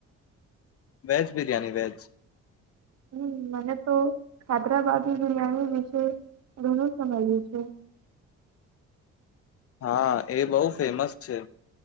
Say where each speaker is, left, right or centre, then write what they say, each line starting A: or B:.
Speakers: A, on the left; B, on the right.
A: veg biryani veg
B: હમ મને તો હૈદરાબાદી બિરિયાની વિશે ઘણું સમય્યું છે.
A: હા એ બહુ ફેમસ છે.